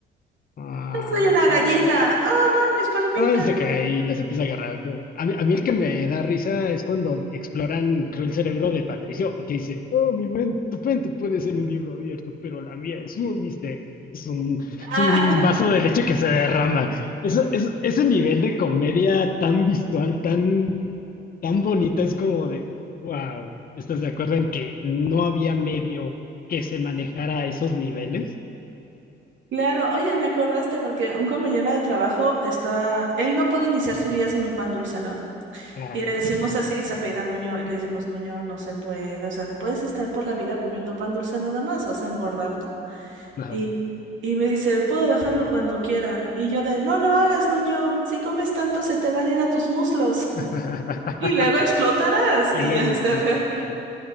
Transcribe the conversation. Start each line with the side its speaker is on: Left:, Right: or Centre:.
Left: Ah,
Right: No soy una gallina. Oh, no, mis palomitas.
Left: ay, se cae y las empieza a agarrar. Como, a mí, a mí el que me da risa es cuando exploran, creo, el cerebro de Patricio, que dice, oh, mi mente, tu mente puede ser un libro abierto, pero la mía es un misterio. Y es un, es
Right: Ah,
Left: un vaso de leche que se derrama. Eso, es, ese nivel de comedia tan visual, tan, tan bonita, es como de, wow, ¿estás de acuerdo en que no había medio que se manejara a esos niveles?
Right: <laughs> claro. Oye, me acordaste porque un compañero de trabajo estaba, él no puede iniciar su día sin un pan dulce, ¿no?
Left: Ah,
Right: Y le decimos así, se apellida Nuño, y le decimos, Nuño, no se puede, o sea, no puedes estar por la vida comiendo pan dulce nada más, vas a engordar, ¿no?
Left: ajá.
Right: Y, y me dice, puedo dejarlo cuando quiera. Y yo de, no lo hagas, Nuño, si comes tanto se te van a ir a tus muslos.
Left: <laughs>
Right: <laughs> Y luego explotarás.
Left: y
Right: Y
Left: luego
Right: ya
Left: explotarás.
Right: se rió,